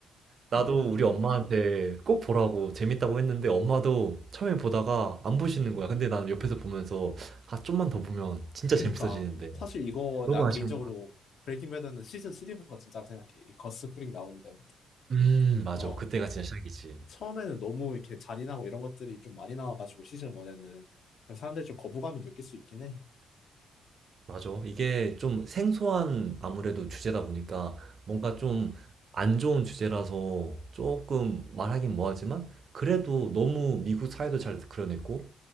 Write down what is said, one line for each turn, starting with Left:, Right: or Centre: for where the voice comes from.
Right: 나도 우리 엄마한테 꼭 보라고 재밌다고 했는데 엄마도 처음에 보다가 안 보시는 거야. 근데 난 옆에서 보면서 아 좀만 더 보면 진짜
Left: 그니까.
Right: 재밌어지는데.
Left: 사실 이거
Right: 너무
Left: 난
Right: 아쉬운
Left: 개인적으로 브레이킹 배드는 시즌 3부터가 진짜로 생각해. 이 거스 프링 나오는 데부터.
Right: 음 맞아.
Left: 어
Right: 그때가 진짜 시작이지.
Left: 처음에는 너무 이렇게 잔인하고 이런 것들이 좀 많이 나와가지고 시즌 원에는 사람들이 좀 거부감을 느낄 수 있긴 해.
Right: 맞아. 이게 좀 생소한 아무래도 주제다 보니까 뭔가
Left: 음,
Right: 좀 안 좋은 주제라서 조금 말하긴 뭐하지만 그래도 너무 미국 사회도 잘 그려냈고